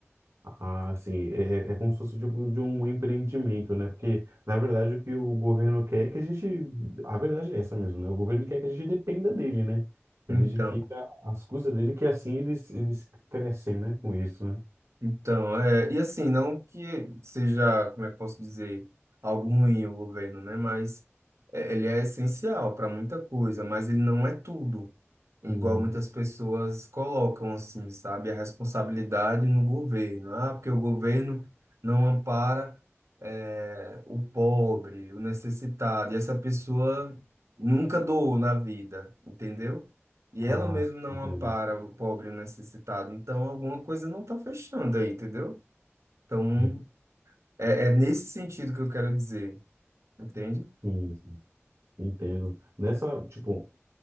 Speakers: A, on the right; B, on the right.
A: Ah, sim. É, é é como se fosse tipo de um empreendimento, né? Porque, na verdade, o que o governo quer é que a gente. A verdade é essa mesmo, né? O governo quer que a gente dependa dele, né? Que
B: Então,
A: a gente fica às custas dele, que assim eles, eles crescem, né? Com isso, né?
B: Então, é, e assim, não que seja, como é que eu posso dizer, algo ruim o governo, né? Mas é, ele é essencial para muita coisa, mas ele não é tudo, igual
A: Hum.
B: muitas pessoas colocam assim, sabe? A responsabilidade no governo. Ah, porque o governo não ampara, é, o pobre, o necessitado, e essa pessoa nunca doou na vida, entendeu? E
A: Ah,
B: ela mesmo
A: sim,
B: não
A: entendo.
B: ampara o pobre e o necessitado. Então, alguma coisa não está fechando aí, entendeu? Então,
A: <laughs>
B: é, é nesse sentido que eu quero dizer, entende?
A: Sim, Entendo. Nessa, tipo,